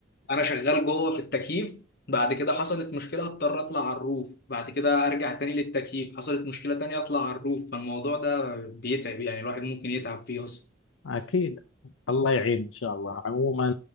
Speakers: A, on the left; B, on the left.
A: انا شغال جوه في التكييف بعد كده حصلت مشكله اضطر اطلع على الروف بعد كده ارجع تاني للتكييف حصلت مشكله تانية اطلع على الروف فالموضوع ده بيتعب يعني الواحد ممكن يتعب فيه اصلا
B: أكيد الله يعين إن شاء الله عموما